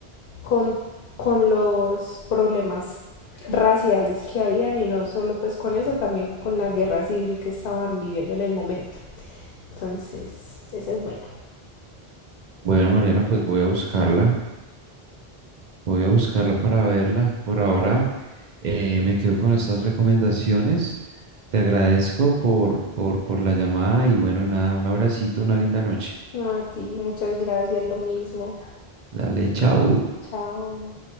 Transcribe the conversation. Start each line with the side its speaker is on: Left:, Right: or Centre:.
Left: con, con los problemas raciales que habían y no solo pues con eso, también con la guerra civil que estaban viviendo en el momento. Entonces, esa es buena.
Right: Bueno, Mariana, pues voy a buscarla, voy a buscarla para verla. Por ahora eh, me quedo con estas recomendaciones. Te agradezco por, por, por la llamada y bueno, nada, un abracito, una linda noche.
Left: No, a ti, muchas gracias, lo mismo.
Right: Dale, chao.
Left: Chao.